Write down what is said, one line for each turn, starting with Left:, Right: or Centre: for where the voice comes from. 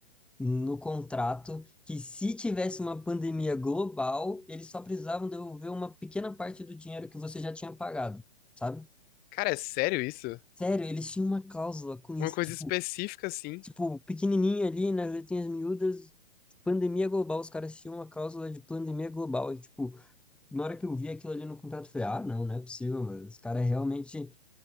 Centre: no contrato que se tivesse uma pandemia global, eles só precisavam devolver uma pequena parte do dinheiro que você já tinha pagado, sabe?
Left: Cara, é sério isso?
Centre: Sério, eles tinham uma cláusula com
Left: Uma
Centre: isso,
Left: coisa
Centre: tipo,
Left: específica assim?
Centre: tipo, pequenininho ali nas letrinhas miúdas, pandemia global, os caras tinham uma cláusula de pandemia global e tipo, na hora que eu vi aquilo ali no contrato, eu falei, ah, não, não é possível, mano. Os caras realmente,